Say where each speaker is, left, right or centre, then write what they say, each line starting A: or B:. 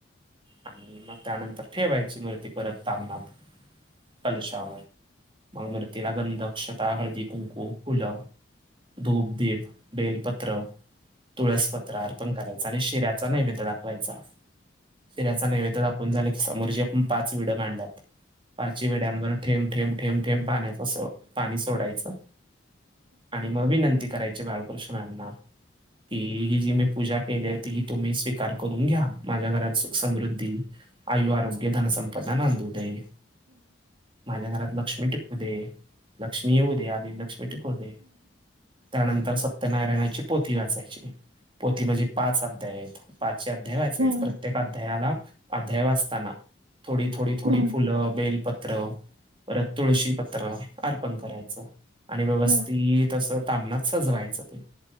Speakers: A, on the right (about 25°); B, on the right (about 65°).
A: आणि मग त्यानंतर ठेवायची मर्ती परत ताबनात कलशावर मग मूर्तीला गंध क्षता हळदी कुंकू फुलं धूप दीप बेलपत्र तुळसपत्र त्र अर्पण करायचा आणि शि्याचा नैवेद्य दाखवायचा शि्याचा नैवेद्य दा झा समोर जे आपण पाच वड मांडलात पाच वेड्यांवर ठे ठेम ठेम ठेम पाण्याच पाणी सोडायचं आणि मग विनंती करायची बाळ प्रृश्न ना ती ही जी मी पूजा केली ती ही तुम्ही स्वीकार करून घ्या माझ्या घरात सुख समृद्धी आयु आरोग्य धनसंपदा नांदोदय माझ्या घरात लक्ष्मी टिप दे लक्ष्मी येऊ दे्या आणि लक्ष्मी दे त्यानंतर सत्यनारायणाची पोथ वाचायची पोती म्हणजे पाच अध्याय आहेत पाचचे अध्याय व्हायचे
B: हम्म
A: आहेत
B: हम्म
A: प्रत्येक अध्यायाला अध्याय वाचताना थोडी थोडी थोडी
B: हम्म
A: फुलं बेलपत् पत्र वत तुळशी पत्र अर्पण करायचं आणि व्यवस्थित
B: हम्म हम्म
A: अस ताबनात सजवायचं ते